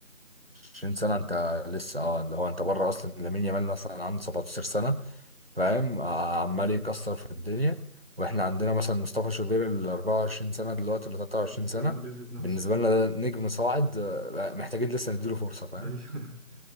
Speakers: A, on the right; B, on the right.
A: 20 سنة انت لسه اه اللي هو انت بره اصلا لامين يامال مثلا عنده 17 سنة فاهم ع- عمال
B: أمم،
A: يكسر في الدنيا واحنا عندنا مثلا مصطفى شوبير ال 24 سنة دلوقتي ولا 23
B: ده لسه
A: سنة
B: باين بيثبت نفسه
A: بالنسبة لنا ده نجم صاعد آه، محتاجين لسه نديله فرصة فاهم
B: ايوه <laughs>